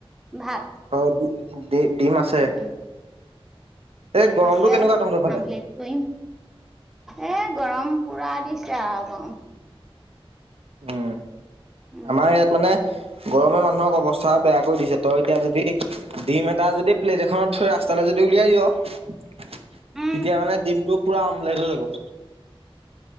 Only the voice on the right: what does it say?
<unintelligible> ডে ডিম আছে,
এই গৰমটো
কেনেকুৱা তহঁতৰফালে?
উম।
আমাৰ ইয়াত মানে গৰমে মানুহক অৱস্থা বেয়া কৰি দিছে, তই এতিয়া যদি ডিম এটা যদি প্লেট এখনত থৈ ৰাস্তালে যদি উলিয়াই দিয়' তেতিয়ামানে
ডিমটো পুৰা অমলেট হৈ যাব।